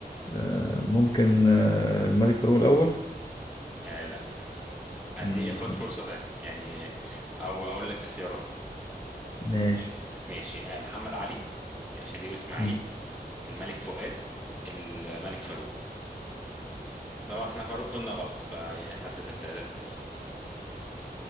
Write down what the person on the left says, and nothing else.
آه، ممكن آه، الملك فاروق الأول
مم،
ماشي
مم.